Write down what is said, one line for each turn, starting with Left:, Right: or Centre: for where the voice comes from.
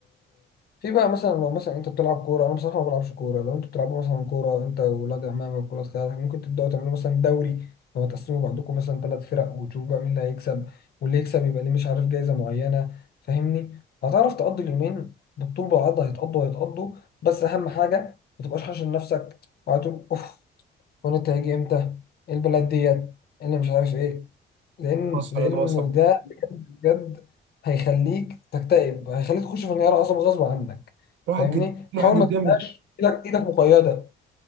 Left: في بقى مثلا لو مثلا أنت بتلعب كورة أنا بصراحة ما بلعبش كورة لو أنتوا بتلعبوا مثلا كورة أنت وولاد عمامك وولاد خالاتك ممكن تبدأوا تعملوا مثلا دوري لو هتقسموا بعضكم مثلا ثلاث فرق وتشوف بقى مين اللي هيكسب واللي يكسب يبقى ليه مش عارف جايزة معينة فاهمني هتعرف تقضي اليومين بالطول بالعرض هيتقضوا هيتقضوا بس أهم حاجة ما تبقاش حاشر نفسك وهتقول أوف وأنا هيجي إمتى إيه البلد ديت إيه اللي مش عارف إيه لان
Right: <laughs> وصلت
Left: لان
Right: وصل
Left: ده بجد بجد هيخليك تكتئب هيخليك تخش في انهيار عصبي غصب عنك
Right: الواحد
Left: فاهمني
Right: جد الواحد
Left: حاول
Right: جدا
Left: ما تبقاش ايدك ايدك مقيده